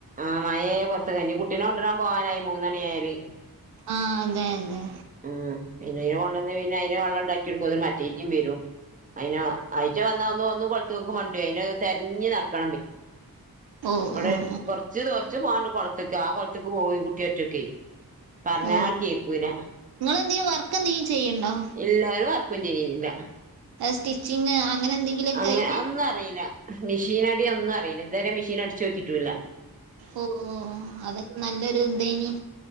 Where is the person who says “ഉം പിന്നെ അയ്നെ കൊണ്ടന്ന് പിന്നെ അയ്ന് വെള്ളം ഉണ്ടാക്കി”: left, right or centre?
Right